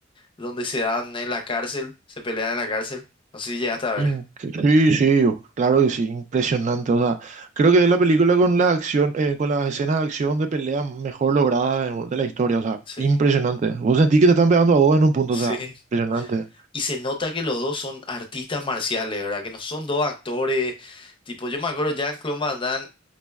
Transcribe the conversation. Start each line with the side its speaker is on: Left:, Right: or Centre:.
Left: donde se dan en la cárcel, se pelean en la cárcel. No sé si llegaste a ver.
Right: Inc- Sí, sí, claro que sí, impresionante. O sea, creo que es la película con la acción, eh, con las escenas de acción de pelea mejor lograda de, de la historia. O sea,
Left: Sí,
Right: impresionante. Vos sentís que te están pegando a vos en un punto,
Left: sí.
Right: o sea, impresionante.
Left: Y se nota que los dos son artistas marciales, ¿verdad? Que no son dos actores. Tipo, yo me acuerdo Jean-Claude Van Damme,